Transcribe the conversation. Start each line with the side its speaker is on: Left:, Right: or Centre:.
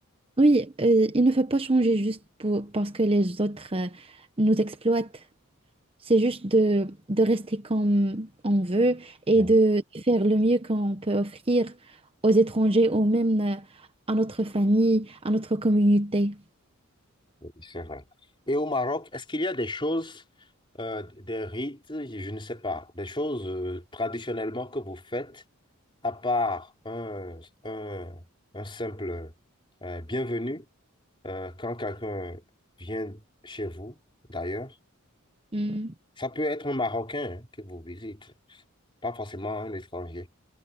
Right: je- oui, euh, il ne faut pas changer juste pour, parce que les autres euh, nous exploitent. C'est juste de, de rester comme on veut et
Left: Oui,
Right: de faire le mieux qu'on peut offrir aux étrangers ou même euh, à notre famille, à notre communauté.
Left: oui, c'est vrai. Et au Maroc, est-ce qu'il y a des choses, euh, des rites, je ne sais pas, des choses euh, traditionnellement que vous faites, à part un, un, un simple euh, bienvenue euh, quand quelqu'un vient chez vous, d'ailleurs?
Right: Hmm.
Left: Ça peut être un Marocain hein, que vous visite. pas forcément un étranger